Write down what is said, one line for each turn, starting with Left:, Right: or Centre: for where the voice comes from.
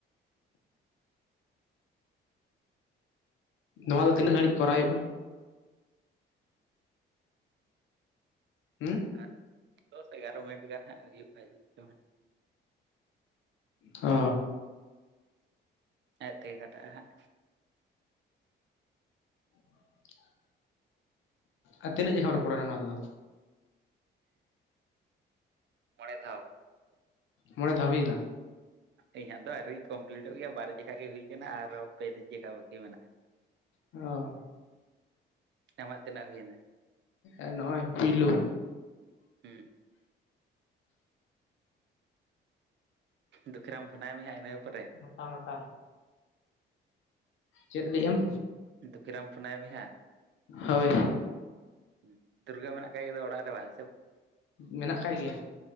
Left: ᱱᱚᱣᱟ ᱫᱚ ᱛᱤᱱᱟᱹᱜ ᱜᱷᱟᱹᱲᱤᱡ ᱠᱚᱨᱟᱣ ᱦᱩᱭᱩᱜᱼᱟ ᱦᱩᱸ
Right: ᱟᱨ <inaudible> ᱫᱚᱥ ᱮᱜᱟᱨᱚ ᱢᱤᱱᱤᱴ ᱜᱟᱱ ᱦᱟᱸᱜ ᱦᱩᱭᱩᱜᱼᱟ ᱡ ᱠᱷᱟᱜ ᱦᱟᱜ
Left: ᱚ
Right: ᱟᱡ ᱛᱮᱜᱮ ᱠᱟᱴᱟᱜᱼᱟ ᱦᱟᱸᱜ
Left: <inaudible> ᱟᱨ ᱛᱤᱱᱟᱹᱜ ᱡᱟᱸᱢ ᱨᱚᱯᱚᱲᱮᱱᱟ ᱱᱚᱣᱟ ᱛᱮᱫᱚ
Right: ᱢᱚᱬᱮ ᱫᱷᱟᱣ
Left: ᱢᱚᱬᱮ ᱫᱷᱟᱣ ᱦᱩᱭᱱᱟ
Right: ᱤᱧᱟᱹᱜ ᱫᱚ ᱟᱨᱣᱨᱤ ᱠᱚᱢᱯᱞᱤᱴᱚᱜ ᱜᱮᱭᱟ ᱵᱟᱨ ᱡᱮᱠᱷᱟᱜ ᱜᱮ ᱦᱩᱭᱩ ᱟᱠᱟᱱᱟ ᱟᱨ ᱯᱮ ᱡᱮ ᱠᱷᱚᱡ ᱵᱟᱹᱠᱤ ᱢᱮᱱᱟᱜᱼᱟ
Left: ᱚ
Right: ᱟᱢᱟᱜ ᱛᱤᱱᱟᱜ ᱦᱩᱭᱱᱟ
Left: ᱮ ᱱᱚᱼᱚᱭ ᱯᱤᱞᱩ
Right: ᱦᱩᱸ ᱫᱩᱠᱷᱤᱨᱟᱢ ᱯᱷᱚᱱᱟᱭ ᱢᱮ ᱦᱟᱜ ᱤᱱᱟᱹ ᱯᱚᱨᱮ
Left: ᱱᱚᱴᱟ ᱱᱚᱴᱟ ᱪᱮᱫ ᱞᱟᱹᱭ-ᱟᱢ
Right: ᱫᱩᱠᱷᱤᱨᱟᱢ ᱯᱷᱩᱱᱟᱭ ᱢᱮ ᱦᱟᱜ
Left: ᱦᱳᱭ
Right: ᱦᱩᱸ ᱫᱩᱨᱜᱟᱹ ᱢᱮᱱᱟᱜ ᱠᱷᱟᱭ ᱫᱟᱜ ᱚᱲᱟᱜ ᱨᱮ ᱵᱟᱝ ᱥᱮ
Left: ᱢᱮᱱᱟᱜ ᱠᱟᱭ ᱜᱮᱭᱟ